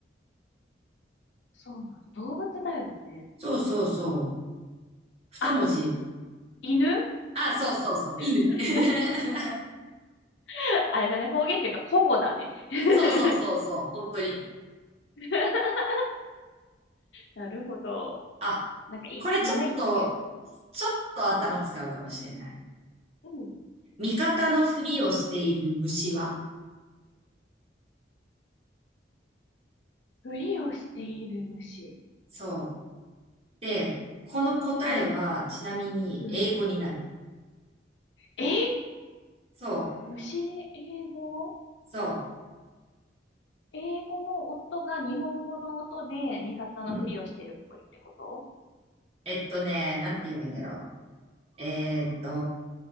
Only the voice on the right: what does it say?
そうそうそう。二文字。
あ、そうそうそう。
犬。<laughs>
そうそうそうそう。本当に。
あ、
これちょっと、
ちょっと頭使うかもしれない。
味方のふりをしている虫は
そう。で、この答えは、
ちなみに英語になる。
そう。
そ
う。うん。えっとね、なんて言えばいいんだろう。えーっと、